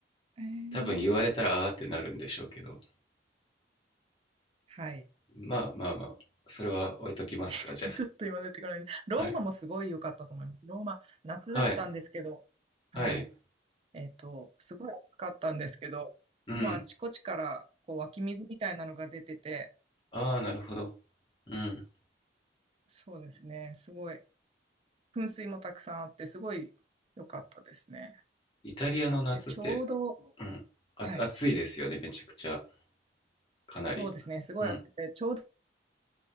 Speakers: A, on the right; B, on the left.
A: えー
B: 多分言われたらあーってなるんでしょうけど
A: はい。
B: まあまあまあそれは置いときますかじゃ
A: <laughs> ちょっと今出てこない。ローマもすごい良かったと思います。
B: あはい
A: ローマ、夏だったんですけど、
B: はい
A: はい。
B: はい
A: えっと、すごい暑かったんですけど、
B: うん
A: もうあちこちから、こう湧き水みたいなのが出てて、
B: ああなるほどうん
A: そうですね。すごい、噴水もたくさんあって、すごい良かったですね。
B: イタリアの夏って
A: で、ちょうど、
B: うんあ暑いですよねめちゃくちゃ
A: はい、
B: かなり。
A: そうですね。すごい暑くて、
B: うん、
A: ちょうど